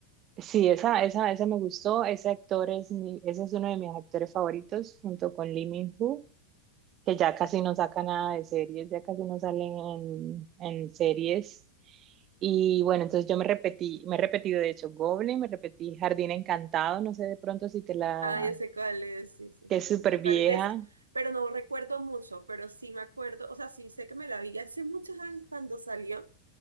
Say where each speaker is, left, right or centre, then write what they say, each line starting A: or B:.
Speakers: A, on the right; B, on the right.
A: sí, esa, esa, esa me gustó. Ese actor es mi, ese es uno de mis actores favoritos, junto con Lee Min-ho, que ya casi no saca nada de series, ya casi no salen en, en series. Y bueno, entonces yo me repetí, me he repetido de hecho Goblin, me repetí Jardín Encantado, no sé de pronto si te la,
B: Ah, yo sé cuál es, sí, sí,
A: que es súper
B: sí sé
A: vieja.
B: cuál es. De ese- pero no recuerdo mucho, pero sí me acuerdo, o sea, sí sé que me la vi hace muchos años cuando salió,